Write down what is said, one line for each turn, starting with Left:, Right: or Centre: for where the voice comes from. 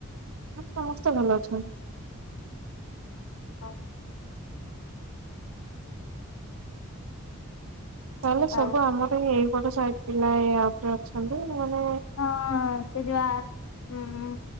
Right: ସମସ୍ତେ ଭଲ ଅଛନ୍ତି। <inaudible>
Left: ହଁ।
Right: ତାହେଲେ ସବୁ
Left: ଆଉ
Right: ଆମର ଏଇ ବଡ ସାଇଟ ପିଲା ପରେ ଅଛନ୍ତି ମାନେ
Left: ହଁ ସେ ଯା ଆପ ହୁଁ।